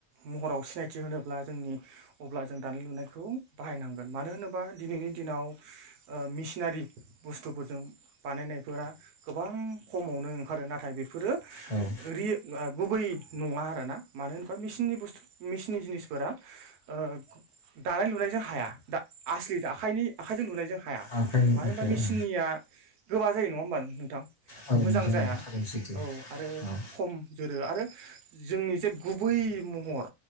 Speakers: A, on the right; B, on the left.
A: महराव सिनायथि होनोब्ला जों नि अब्ला जों दानाय लुनायखौ बाहायनांगोन मानो होनोब्ला दिनैनि दिनाव ओ मेसि सिनारि बुस्थुफोरजों बानायनायफोरा गोबां खमावनो ओंखारो नाथाय बेफोरो
B: औ
A: रि गुबै नङा आरोना मानो होनोबाननि मेसिननि बसथु मेसिननि जिनिसफोरा ओ दानाय लुनायजों हाया दा आसलि आखाइनि आखाइजों लुनायजों हाया
B: आखाइनि
A: मानो
B: आखाइ
A: होनबा मेसिननिया
B: औ
A: गोबा जायो नङा होमबा नोंथां
B: औ
A: मोजां
B: नोंथां
A: जाया
B: औ थारैनो सैथो
A: औ आरो
B: औ
A: खम जोरो आरो जोंनि जे गुबै महर